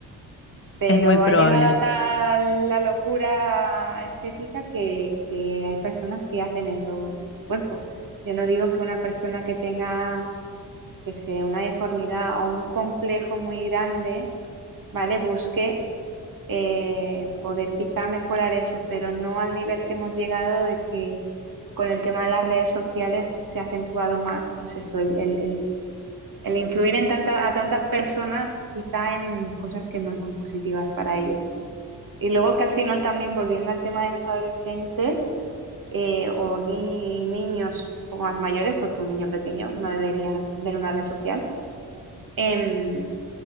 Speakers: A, on the right; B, on the left.
A: pero
B: es muy probable.
A: ha llegado a tal la locura estética que, que hay personas que hacen eso con su cuerpo. Yo no digo que una persona que tenga, que sé, una deformidad o un complejo muy grande, ¿vale? Busque eh, poder quizá mejorar eso, pero no al nivel que hemos llegado de que con el tema de las redes sociales se ha acentuado más, pues esto, el, el- el- el influir en tanta, a tantas personas quizá en cosas que no son positivas para ellos. Y luego que al final también, volviendo al tema de los adolescentes eh, o ni niños un poco más mayores, porque un niño pequeño no debería ver una red social, em,